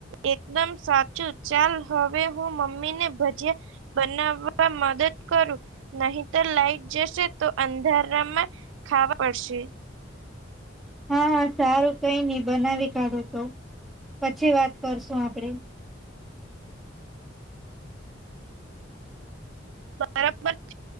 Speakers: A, on the right (about 80°); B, in the centre.
A: એકદમ સાચું ચાલ હવે હું મમ્મી ને ભજીયા બનાવવામા મદદ કરો નહીતર લાઈટ જશે. તો અંધારામાં ખાવા પડશે.
B: હા હા સારું કઈ નહ બનાવી કાઢો તો. પછી વાત કરશું આપડે.
A: બરાબર.